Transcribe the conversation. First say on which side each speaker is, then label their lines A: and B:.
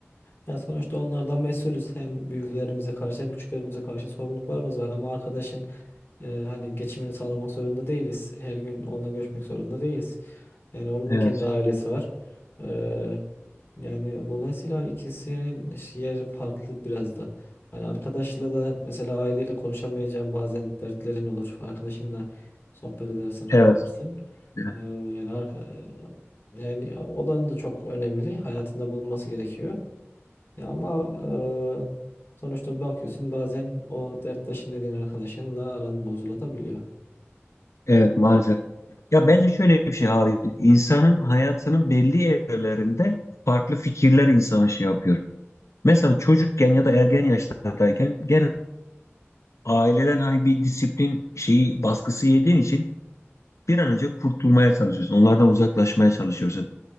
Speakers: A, on the left; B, on the left.
A: Ya sonuçta onlardan mesulüz. Hem büyüklerimize karşı hem küçüklerimize karşı sorumluluklarımız var. Ama arkadaşın e, hani geçimini sağlamak zorunda değiliz. Her gün onunla görüşmek zorunda değiliz. Yani onun
B: Evet,
A: da kendi ailesi var. Eee, yani dolayısıyla ikisinin iş- yeri farklı biraz da. Hani arkadaşla da mesela aileyle konuşamayacağın bazen dertlerin olur. Arkadaşınla sohbet edersin, rahatlarsın.
B: evet, evet,
A: Eee, yani arka- e, yani o da da çok önemli. Hayatında bulunması gerekiyor. Ya ama eee, sonuçta bir bakıyorsun bazen o derttaşın dediğin arkadaşınla aran bozulabiliyor.
B: evet maalesef. Ya bence şöyle bir şey abi, insanın hayatının belli evrelerinde farklı fikirler insana şey yapıyor. Mesela çocukken ya da ergen yaşlardayken gene aileden hani bir disiplin şeyi baskısı yediğin için bir an önce kurtulmaya çalışıyorsun. Onlardan uzaklaşmaya çalışıyorsun.